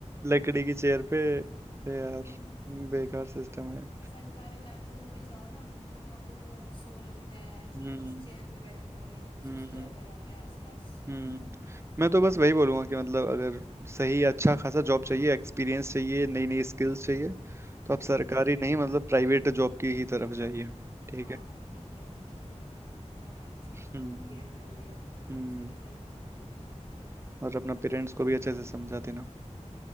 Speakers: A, on the right (about 20°); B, on the left (about 45°).
A: लकड़ी की चेयर पे यार
B: <laughs>
A: बेकार सिस्टम है
B: सरकारी बैंकों में भी जाओ ना तो वहां पे वो सो रहे होते हैं ऐसे
A: हम्म
B: ही बस चेयर पे बैठे बैठे
A: हम्म
B: सुस्ती
A: हम्म
B: और फैलाते हैं आसपास
A: हम्म
B: <laughs> हम्म
A: मैं तो बस वही बोलूंगा कि मतलब अगर सही अच्छा खासा जॉब चाहिए एक्सपीरियंस चाहिए नई नई स्किल्स चाहिए तो आप सरकारी
B: हम्म हम्म।
A: नहीं मतलब प्राइवेट जॉब की ही तरफ जाइए ठीक
B: हाँ
A: है
B: ठीक है ठीक है बिल्कुल आपने मेरा माइंडसेट एकदम
A: हम्म
B: क्लियर कर दिया है
A: हम्म
B: उसी की तरफ जाऊंगी अब तो मैं
A: और अपना पेरेंट्स को भी अच्छे से समझा देना